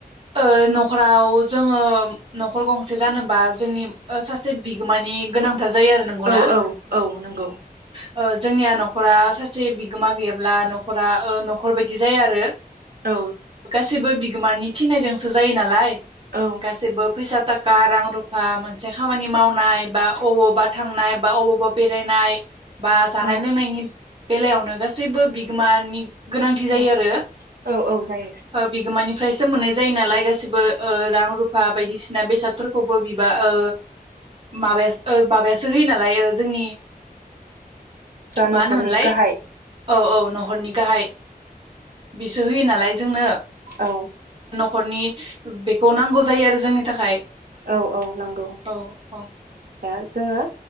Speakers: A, on the right; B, on the right.
A: ओ न'खराव जोङो न'खर गं जानोबा जोंनि सासे बिगोमानि गोनां था जायो आरो नोंगौना
B: औ औ औ नंगौ
A: औ ओ जोंनिया न'खरा सासे बिगोमा गैयाब्ला न'खरा ओ न'खर बायदि जाया आरो।
B: औ।
A: सैबो बिगोमानि थिनायजोंसो जायो नालाय।
B: औ
A: गासैबो फैसा ताका रां रुफा मोनसे खामानि मावनाय बा अबावबा थांनाय बा अबावबा बेरायनाय। बा जानाय
B: औ
A: लोंनायनि बेलायावनो गासैबो बिगोमानि गोनांथि
B: औ
A: जायो आरो
B: औ औ जायो
A: ओ बिगोमानि सो मोननाय जायो नालाय गासिबो ओ रां रुफा बायदिसिना बेसादफोरखौबो बिबा ओ माबा माबासो होयो नालाय ओ जोंनि
B: जा न'खरनि
A: मा होनोमोनलाय
B: गाहाय।
A: औ औ न'खरनि गाहाय बेसो होयो नालाय जोंनो।
B: औ।
A: खरनि बेखौ नांगौ जायो आरो जोंनि थाखाय
B: औ औ नांगौ
A: औ औ
B: आ जोङो